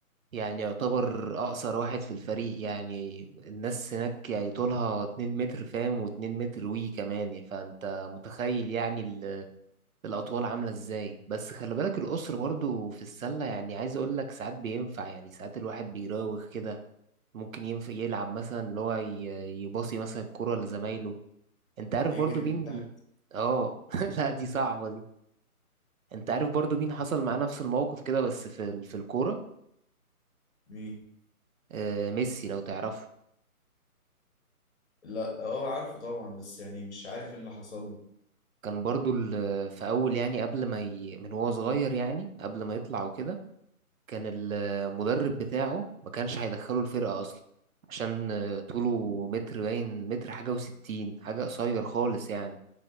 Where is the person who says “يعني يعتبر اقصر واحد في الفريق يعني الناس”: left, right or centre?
Right